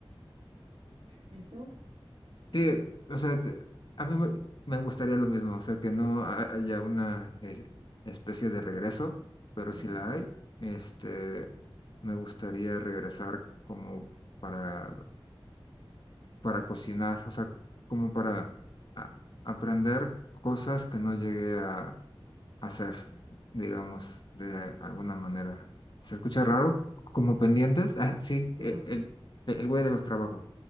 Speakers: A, on the right (about 80°); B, on the left (about 55°).
A: ¿Y tú?
B: Sí, o sea, te- a mí me me gustaría lo mismo, o sea, que no ha- haya una es- especie de regreso, pero si
A: Ujú,
B: la hay, este, me gustaría regresar como para, para cocinar, o sea, como para a- aprender cosas que no llegué a, hacer, digamos, de alguna manera. ¿Se escucha raro? ¿Como pendientes? Ah, sí,
A: ujú.
B: e- el, el güey de los trabajos.